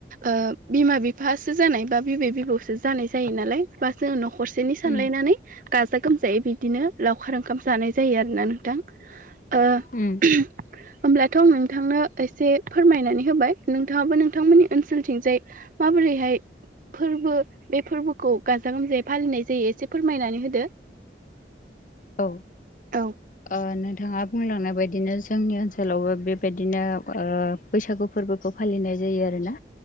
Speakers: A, on the right (about 45°); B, on the left (about 45°).
A: ओ बिमा बिफासो जानाय बा बिबै बिबौसो जानाय जो जायो नालाय बा जोङो न'खरसेनि सानलायनानै
B: उम
A: गाजा गोमजायै बिब्दिनो लावखार ओंखाम जानाय जायो आरोना नोंथां ओ
B: उम
A: <inaudible> होमब्लाथ' नोंथांनो एसे फोरमायनानै होबाय नोंथांङाबो नोंथांमोननि ओनसोलथिंजाय माबोरैहाय फोरबो बे फोरबोखौ गाजा गोमजायै फालिनाय जायो एसे फोरमायनानै होदो।
B: औ
A: औ
B: ओ नोंथाङा बुंलांनाय बायदिनो जोंनि ओनसोलावबो बेबायदिनो ओ बैसागु फोरबोखौ फालिनाय जायो आरोना